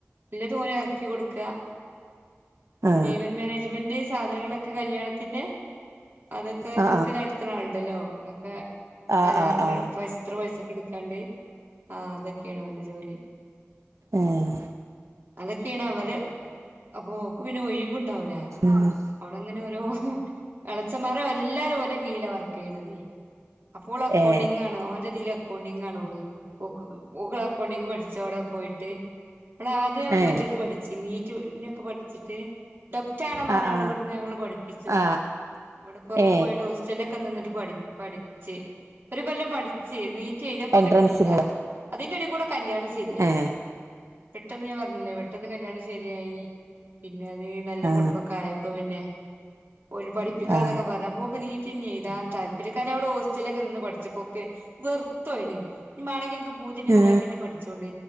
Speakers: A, on the right; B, on the right.
A: ഉള്ളതുപോലെ ഇറക്കി കൊടുക്കുക
B: ആ
A: പിന്നെ ഈവൻ മാനേജ്മെന്റ് സാധനങ്ങളൊക്കെ കല്യാണത്തിന്റെ അതൊക്കെ
B: ആ ആ
A: നോക്കി നട ഉണ്ടല്ലോ ഒക്കെ
B: ആ
A: കരാറിന്
B: ആ ആ
A: ഫസ് എത്ര പയ്സക്ക് എടുക്കാണ്ട് ആ അതൊക്കെയാണ് അവന്റെ ജോലി
B: ആഹ്
A: അതൊക്കെയാണ് അവര് അപ്പോക്ക് പിന്നെ ഒഴിവ് ഉണ്ടാവൂല
B: ആഹ്
A: അവിടങ്ങനെ ഒരോ എള്ളച്ചന്മാര് എല്ലാരും ഓൻ്റെ കീഴിലാ വർക്ക് ചെയ്യണത് അപ്പോൾ അക്കൗണ്ടിംഗ്ങ്ങാണ്
B: ഏ
A: ഓന്റെതി അക്കൗണ്ടിങ്ങ് ആണ് ഓള്. ഓക് ക്ക് ഓക് അക്കൗണ്ടിംഗ് പഠിച്ച് അവിടെ പോയിട്ട് ഓള ആദ്യം
B: ഏ
A: മറ്റേ ഇത് പഠിച്ച് നീറ്റ് നൊക്കെ പഠിച്ചിട്ട് ടൊക്റ്റ ആണ് പറഞ്ഞാണ്ട്
B: ആ ആ
A: പ ഞങ്ങള് പഠിപ്പിച്ചു.
B: ആ
A: ഇവിടെ പുറത്ത്
B: ഏ
A: പോയട്ട് ഹോസ് ചെല്ലൊക്കെ നിന്നിട്ട് പഠി പഠിച്ച്. ഒരു കൊല്ലം പ ഠിച്ച് നീറ്റ് എഴുതപ്പം
B: എൻട്രൻസിനല്ലേ
A: കിട്ടിയില്ല. അതിന്റെ എടെ കൂടെ കല്യാണം സെരിയായി.
B: ഏ
A: പെട്ടെന്ന് ഞാൻ പറഞ്ഞില്ലേ പെട്ടെന്ന് കല്യാണം ശരിയായി. പിന്നെ അത് നല്ലൊരു
B: ആ
A: കുടുംബക്കാര് പ്പോ പിന്നെ ഓര് പഠിപ്പിക്കാനൊക്കെ
B: ആ
A: പറഞ്ഞപ്പോ പൊ നീ റ്റിന് എഴുതാൻ താല്പര്യ കാരണം അവിടെ ഹോസ്റ്റലിലൊക്കെ നിന്ന് പഠിച്ചപ്പോക്കെ വെർത്ത് പോയെണ് ഇഞ് മാണെങ്കി ഇൻക്ക് പൂതിണ്ടങ്കി
B: ഏ
A: ഞാൻ പിന്ന പഠിച്ചോണ്ട്